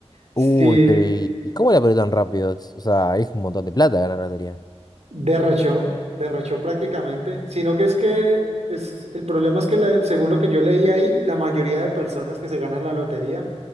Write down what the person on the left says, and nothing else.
uy, pero ¿y, y cómo la perdió tan rápido? Es- O sea, es un montón de plata ganar la lotería.